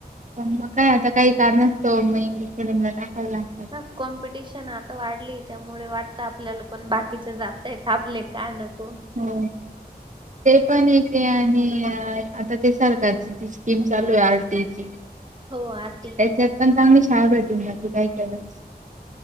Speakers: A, on the right (about 50°); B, on the right (about 30°).
A: पण मग काय आता काही कारण असतं मग इंग्लिश म टाकायला लागतं.
B: ना कॉम्पिटिशन आता वाढली त्यामुळे वाट. आपल्याला पण बाकीच जाता येत आपले का नको.
A: हो पण एक ते आणि आता ते सरकारची ती स्कीम चालू आर्टियेची.
B: हो आर.
A: त्याच्यात पण चांगली शाळा भेटून जाते काही काही वेळस.